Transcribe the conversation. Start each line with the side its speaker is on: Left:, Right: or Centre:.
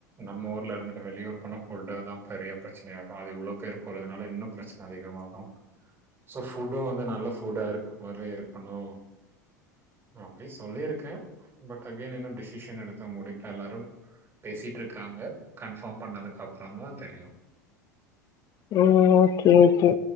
Right: நம்ம ஊர்ல இருந்துட்டு வெளியூர் போனா ஃபுட்டதா பெரிய பிரச்னையாகு அது இவ்ளோ பேரு போறதுனால இன்னு பிரச்சன அதிகமாகு சோ ஃபுட்டு வந்து நல்ல ஃபுட்டா இருக்க மாரி இருக்கணு நா போய் சொல்லியிருக்க பட் அகேய்ன் இன்னு டிசிஷன் எடுத்து முடிக்கல எல்லாரு பேசிட்ருக்காங்க கன்ஃபார்ம் பண்ணதுக்கு அப்புறந்தா தெரியு
Left: அ ஓகே ஓகே